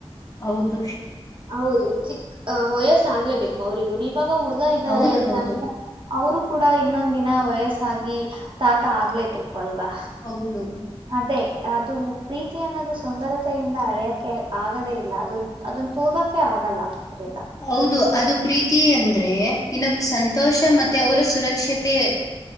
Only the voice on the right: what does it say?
ಹೌದು ಚಿಕ್ ವಯಸ್ಸ ಆಗ್ಲೇಬೇಕು ಅವ್ರಿಗೂ ನೀವ್ ಇವಾಗ ಹುಡ್ಗ ಇದ್ದಾರೆ
ಅಂತ
ಅಂದ್ರೆ. ಅವ್ರು ಕೂಡ ಇನ್ನೊಂದ್ ದಿನ ವಯಸ್ಸಾಗಿ ತಾತ ಆಗ್ಲೇಬೇಕು. ವಲ್ವಾ
ಅದೇ. ಅದು ಪ್ರೀತಿ ಅನ್ನೋದು ಸುಂದರತೆಯಿಂದ ಅಳೆಯಕ್ಕೆೆ ಆಗದೇ ಇಲ್ಲ ಅದು ಅದನ್ನ ತೋಗಕ್ಕೆೆ ಆಗಲ್ಲ ಅದ್ರಂದ